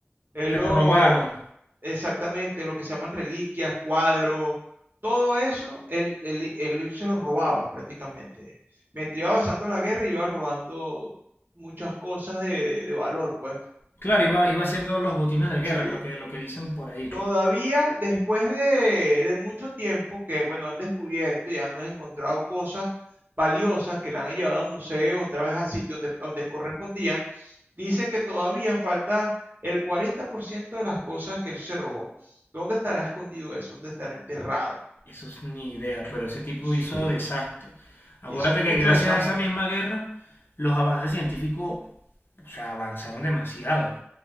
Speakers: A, on the right; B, on the left.
A: Él
B: Se
A: lo,
B: lo robaron.
A: exactamente, lo que se llaman reliquias, cuadros, todo eso, él, él, él se los robaba prácticamente. Mientras iba avanzando la guerra, iba robando muchas cosas de, de- de valor, pues.
B: Claro, iba, iba haciendo los botines de guerra,
A: Sí,
B: lo que, lo que dicen por ahí.
A: Todavía después de, de mucho tiempo que, bueno, han descubierto y han encontrado cosas valiosas que la han llevado a museos, otra vez a sitios donde, donde correspondían, dicen que todavía falta el 40% de las cosas que él se robó. ¿Dónde estará escondido eso? ¿Dónde estará enterrado?
B: Eso es ni idea, pero ese tipo
A: Sí.
B: hizo desastre. Acuérdate
A: Hizo mucho
B: que gracias
A: desastre.
B: a esa misma guerra, los avances científicos, o sea, avanzaron demasiado.